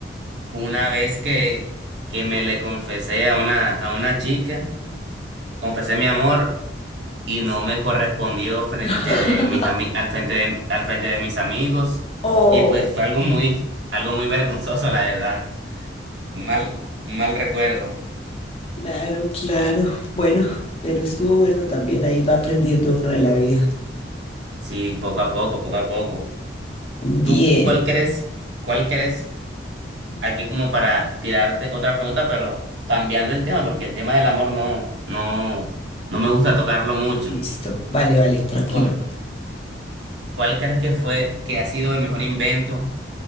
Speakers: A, on the right (about 70°); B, on the left (about 30°).
A: Una vez que, que me le confesé a una, a una chica, confesé mi amor y no me correspondió frente
B: <laughs>
A: de mis ami- al frente de, al frente de mis amigos.
B: Oh,
A: Y pues fue algo muy, algo muy vergonzoso, la verdad. Un mal, un mal recuerdo.
B: claro, claro. Bueno, pero estuvo bueno también. Ahí va aprendiendo uno de la vida.
A: Sí, poco a poco, poco a poco.
B: Bien,
A: ¿Tú cuál crees? ¿Cuál crees? Aquí como para tirarte otra pregunta, pero cambiando el tema, porque el tema del amor no, no, no me gusta tocarlo mucho.
B: listo. Vale, vale, tranquilo.
A: ¿Cuál? ¿Cuál crees que fue, que ha sido el mejor invento